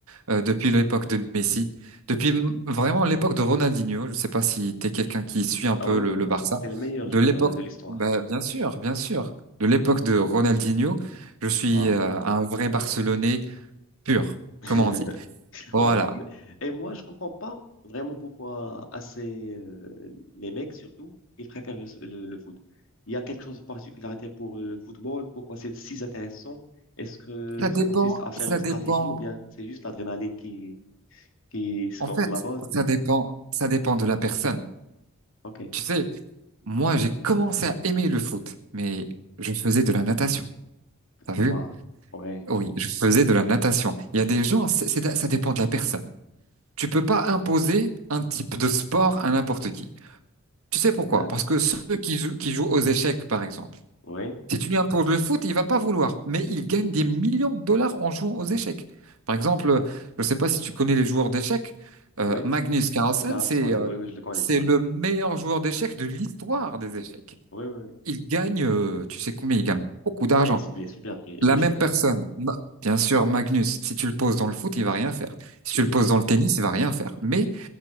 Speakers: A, on the right (about 80°); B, on the left (about 65°).
A: euh, depuis l'époque de Messi, depuis m- vraiment l'époque de Ronaldinho. Je sais pas si t'es quelqu'un qui suit un
B: Ah
A: peu
B: ouais, ouais,
A: le, le
B: ouais.
A: Barça.
B: c'était le meilleur
A: De
B: joueur
A: l'époque,
B: euh, de l'histoire.
A: bah, bien sûr, bien sûr. De l'époque de Ronaldinho, je suis
B: Waouh.
A: euh, un vrai Barcelonais pur,
B: <laughs>
A: comme on dit. Voilà.
B: Waouh. Mais- Et moi, je comprends pas vraiment pourquoi assez euh, les mecs surtout, ils préfèrent le, le, le foot. Il y a quelque chose de particularité pour euh, le football, pourquoi c'est si intéressant? Est-ce que
A: Ça dépend,
B: ça consiste à faire
A: ça
B: une stratégie
A: dépend,
B: ou bien c'est juste l'adrénaline qui qui se
A: en
B: gonfle
A: fait,
B: là-bas, tu vois?
A: ça dépend, ça dépend de la personne.
B: Ok.
A: Tu sais, moi, j'ai commencé à aimer le foot, mais je faisais de la natation. T'as vu?
B: Waouh, ouais,
A: Oui, je faisais de la natation. Il y a des gens, c'est, c'est- ça dépend de la personne. Tu peux pas imposer un type de sport à n'importe qui. Tu sais pourquoi?
B: d'accord,
A: Parce que ceux qui jouent, qui jouent aux échecs, par exemple,
B: oui,
A: Si tu lui imposes le foot, il va pas vouloir, mais il gagne des millions de dollars en jouant aux échecs. Par exemple, euh, je ne sais pas si tu connais les joueurs d'échecs, euh,
B: oui,
A: Magnus Carlsen,
B: Carlson,
A: c'est euh,
B: oui, oui, je le connais
A: c'est
B: tout à
A: le
B: fait,
A: meilleur joueur d'échecs de l'histoire des échecs.
B: oui, oui, oui.
A: Il gagne, euh, tu sais combien, il gagne beaucoup d'argent.
B: Ah, il, est il est super ri-
A: La
B: riche,
A: même
B: le mec,
A: personne,
B: hein.
A: Ma- bien sûr, Magnus, si tu le poses dans le foot, il va rien faire. Si
B: Hmm.
A: tu le poses dans le tennis, il va rien faire. Mais